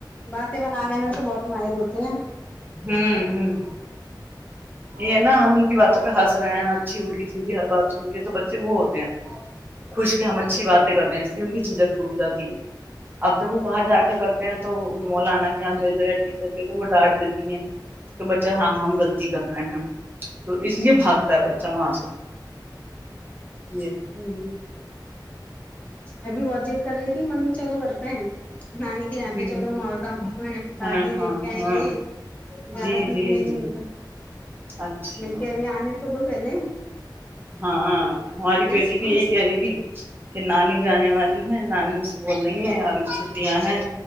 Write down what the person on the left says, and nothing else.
باتیں بن آنے میں تو بہت ماہر ہوتی ہیں
ھم ا بھی مرج کر رہی ت ممی چلو کر پنے نانی کے یہاں
پہ چلو
م رہا شادی
دیکھ کے آئیں
گے زجارت
نکلیں
گے
مل کے ابھی آنے سب بل
سمجھ